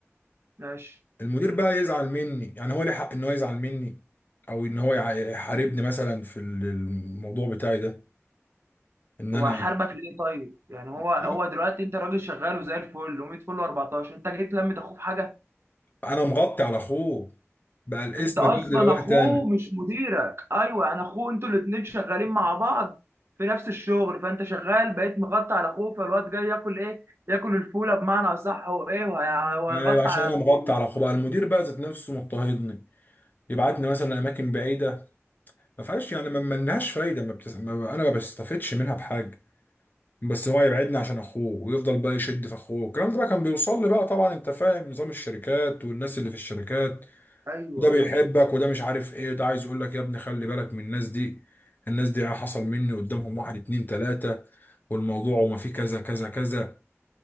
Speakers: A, on the right; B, on the left.
A: ماشي
B: المدير بقى يزعل مني يعني هو ليه حق ان هو يزعل مني او ان هو يع- يحاربني مثلا في ال- الموضوع بتاعي ده ان
A: هو
B: انا
A: هيحاربك ليه طيب يعني هو
B: <laughs>
A: هو دلوقتي انت راجل شغال وزي الفل و100 فل و14 انت جيت لمت اخوه في حاجه
B: انا مغطي على اخوه بقى الاسم
A: انت اصلا
B: بقى دلوقتي
A: اخوه
B: انا
A: مش مديرك ايوه انا اخوه انتوا الاتنين شغالين مع بعض في نفس الشغل فانت شغال بقيت مغطي على اخوه فالواد جاي ياكل ايه ياكل الفوله بمعنى اصح وايه وهي- وهيغطي
B: ايوه عشان
A: على
B: انا مغطي
A: اخوه
B: على اخوه بقى المدير بقى ذات نفسه مضطهدني يبعتني مثلا اماكن بعيده ما فيهاش يعني ما ما لهاش فايده ما بتس... ما انا ما بستفدش منها بحاجه بس هو يبعدنا عشان اخوه ويفضل بقى يشد في اخوه الكلام ده بقى كان بيوصل لي بقى طبعا انت فاهم نظام الشركات والناس اللي في الشركات
A: ايوه
B: وده بيحبك
A: ايوه
B: وده مش عارف ايه ده عايز يقول لك يا ابني خلي بالك من الناس دي الناس دي حصل مني قدامهم واحد اتنين تلاتة والموضوع وما فيه كذا كذا كذا